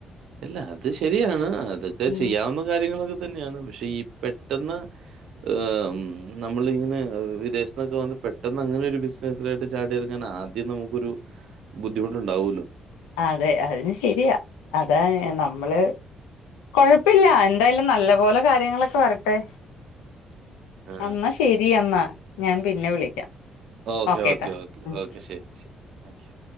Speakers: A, on the right (about 65°); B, on the left (about 75°).
A: അല്ല അത് ശരിയാണ് അതൊക്കെ
B: ഉം
A: ചെയ്യാവുന്ന കാര്യങ്ങളൊക്കെ തന്നെയാണ് പക്ഷെ ഈ പെട്ടന്ന് <unintelligible> നമ്മള് ഇങ്ങനെ വിദേശത്ത്ന്നൊക്കെ വന്ന് പെ ട്ടന്നങ്ങനെ ഒരു ബിസിനസ്സിലോട്ട് ചാടിയെറങ്ങാൻ ആദ്യം നമുക്കൊരു ബുദ്ധിമുട്ടുണ്ടാവുല്ലോ
B: അതെ അത് ശരിയാ അതാ നമ്മള് കൊഴപ്പില്ല എന്തായാലും നല്ല പോലെ കാര്യങ്ങളൊക്കെ വരട്ടെ
A: ആ
B: അന്നാ ശെരിയന്നാ ഞാൻ പിന്നെ വിളിക്കാം
A: ഓക്കേ
B: ഓക്കേട്ടാ
A: ഓക്കെ ഓക്കെ
B: ഉം
A: ഓക്കെ ശരി ശരി താങ്ക് യു